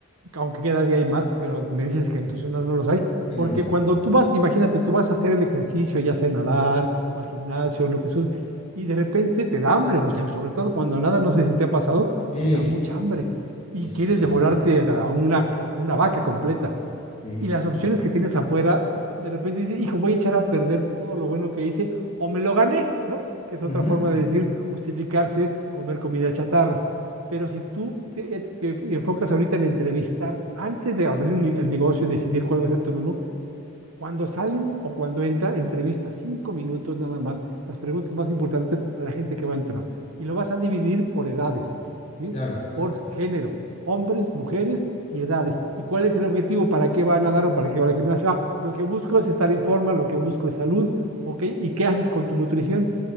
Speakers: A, on the right; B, on the left.
A: aunque cada día hay más, pero me dices que
B: ujú.
A: en tu zona no los hay.
B: Y
A: Porque
B: no lo hay.
A: cuando tú vas, imagínate, tú vas a hacer el ejercicio, ya sea nadar o al gimnasio, lo que sea, y de repente te da hambre, pues, sobre todo cuando nada, no sé si te ha pasado,
B: Sí,
A: te da mucha hambre
B: sí,
A: y
B: sí,
A: quieres
B: sí.
A: devorarte a una, ca- a una vaca completa.
B: Sí.
A: y las opciones que tienes afuera, de repente dices, hijo, voy a echar a perder todo lo bueno que hice o me lo gané, ¿no? Que es
B: Ujú,
A: otra forma de decir justificarse, comer comida chatarra. Pero si tú te, eh, te enfocas ahorita en entrevistar, antes de abrir un, ne- el negocio y decidir cuál va a ser tu menú, cuando salen o cuando entra, entrevista cinco minutos nada más, las preguntas más importantes a la gente que va a entrar. Y lo vas a dividir por edades, ¿sí?
B: Claro,
A: Por género, hombres, mujeres y edades. ¿Y cuál es el objetivo? ¿Para qué van a dar o para qué va al gimnasio? Ah, lo que busco es estar en forma, lo que busco es salud, ¿ok? ¿Y qué haces con tu nutrición?